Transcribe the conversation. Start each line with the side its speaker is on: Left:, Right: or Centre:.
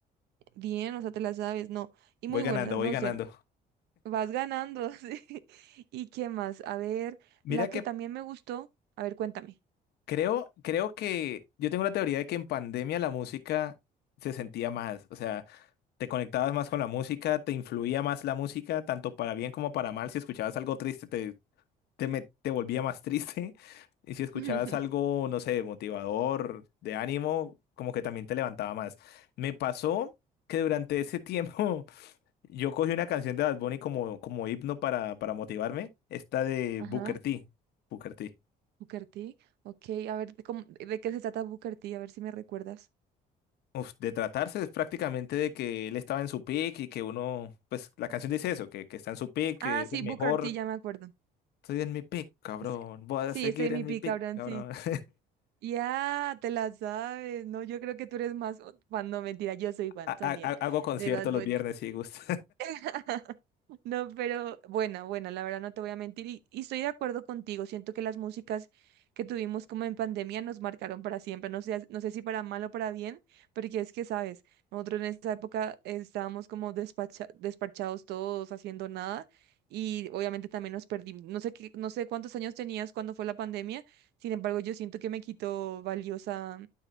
Right: Bien, o sea, te la sabes, no. Y
Left: Voy
Right: muy
Left: ganando,
Right: buenas,
Left: voy
Right: no
Left: ganando.
Right: sé. Vas ganando, <laughs> sí. ¿Y qué más? A ver,
Left: Mira
Right: la que
Left: que
Right: también me gustó. A ver, cuéntame.
Left: creo, creo que yo tengo la teoría de que en pandemia la música se sentía más, o sea, te conectabas más con la música, te influía más la música, tanto para bien como para mal. Si escuchabas algo triste, te te, me- te volvía más triste. <laughs> Y si escuchabas
Right: <laughs>
Left: algo, no sé, motivador, de ánimo, como que también te levantaba más. Me pasó que durante ese tiempo <laughs> yo cogí una canción de Bad Bunny como, como himno para, para motivarme, esta de
Right: Ajá,
Left: Booker T. Booker T.
Right: Booker T. Ok, a ver, ¿cómo- ¿de qué se trata Booker T? A ver si me recuerdas.
Left: Uf, de tratarse es prácticamente de que él estaba en su pick y que uno, pues la canción dice eso, que, que está en su pick,
Right: Ah,
Left: que es
Right: sí,
Left: el mejor.
Right: Booker T, ya me acuerdo.
Left: Estoy en mi pick, cabrón.
Right: Sí,
Left: Voy a
Right: sí,
Left: seguir
Right: estoy en
Left: en
Right: mi
Left: mi
Right: pick,
Left: pick,
Right: Abraham,
Left: cabrón.
Right: sí.
Left: <laughs>
Right: Ya, te la sabes. No, yo creo que tú eres más fan. No, mentira, yo soy fan
Left: Ha-
Right: también
Left: ha- Hago conciertos
Right: de Bad Bunny.
Left: los viernes si gusta.
Right: <laughs> No, pero bueno, bueno, la verdad no te voy a mentir y, y estoy de acuerdo contigo. Siento que las músicas que tuvimos como en pandemia nos marcaron para siempre. No sé, no sé si para mal o para bien, porque es que, sabes, nosotros en esa época eh, estábamos como despacha- despachados todos, haciendo nada y obviamente también nos perdimos. No sé qué, no sé cuántos años tenías cuando fue la pandemia, sin embargo, yo siento que me quitó valiosa,